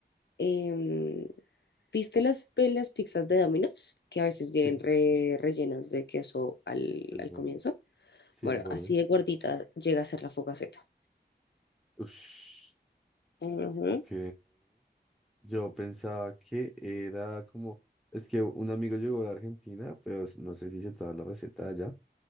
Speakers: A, on the left; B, in the centre.
A: em, ¿Viste las, pe- las pizzas de Domino's? Que a veces vienen
B: Sí,
A: re- rellenas de queso al,
B: el
A: al
B: borde.
A: comienzo.
B: Sí,
A: Bueno,
B: el borde.
A: así de gordita llega a ser la focaceta.
B: Uf.
A: Ujú,
B: Ok. Yo pensaba que era como, es que un amigo llegó de Argentina, pero s- no sé si se traba la receta allá,